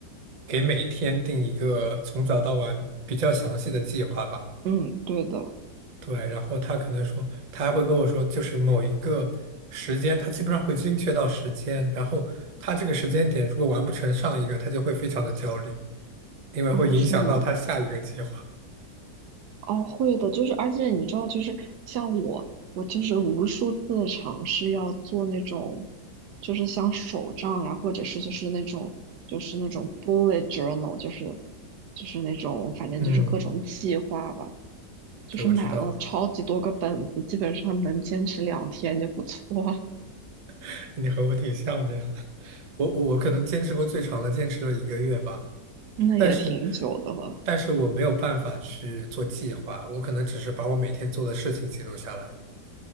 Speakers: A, on the right; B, on the right.
A: 给每天定一个从早到晚比较详细的计划吧。
B: 嗯，对的，
A: 对，然后他可能说，他还会跟我说，就是某一个时间，他基本上会精确到时间，然后他这个时间点如果完不成上一个，他就会非常的焦虑，因为会影响到他下一个计划。
B: 啊，是吗？哦，会的，就是，而且你知道，就是像我，我就是无数次的尝试要做那种，就是像手账呀，或者是就是那种就是那种 bullet journal，就是就是那种反正就是各种计划吧，
A: 嗯，
B: 就是买了超级多个本子，
A: 对，我知道，
B: 基本上能坚持两天就不错了，
A: <laughs> 你和我挺像的呀。<laughs> 我我我可能坚持过最长的，坚持了一个月吧。
B: <laughs> 那也挺久的了。
A: 但是，但是我没有办法去做计划，我可能只是把我每天做的事情记录下来。